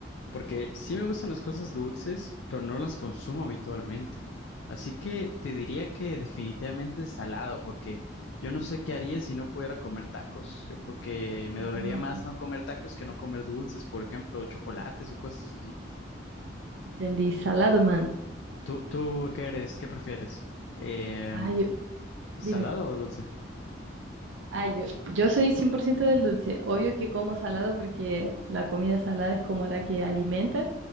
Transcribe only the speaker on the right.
Mm,
Entendí, salado, man.
Ah, yo-
dime.
Ah, yo, yo soy 100% del dulce. Obvio que como salado porque la comida salada es como la que alimenta,